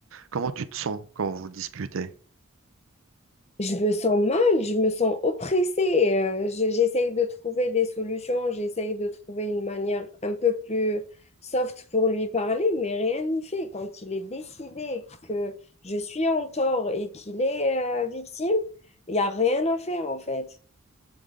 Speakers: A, on the right (about 65°); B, on the left (about 30°).
A: comment tu te sens quand vous disputez?
B: Je me sens mal, je me sens oppressée. euh, je- j'essaye de trouver des solutions, j'essaye de trouver une manière un peu plus soft pour lui parler, mais rien n'y fait. Quand il est décidé que je suis en tort et qu'il est euh, victime, il n'y a rien à faire en fait.